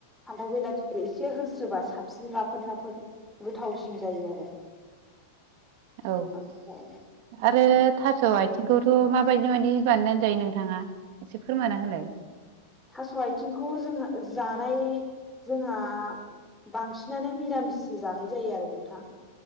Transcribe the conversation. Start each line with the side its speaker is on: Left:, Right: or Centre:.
Centre: फान्थाव बेलाथिफोर एसे होस्रोबा साबसिन राफोद राफोद गोथावसिन जायो आरो
Right: औ
Centre: ओमफ्राय
Right: <inaudible> आरो थास' आथिंखौथ' माबायदि मायदि बानायनानै जायो नोंथाङा एसे फोरमाना होलाय?
Centre: थास' आथिंखौ जोंहा जानाय जोंहा बांसिनानो निरामिस जानाय जायो आरो नोंथां।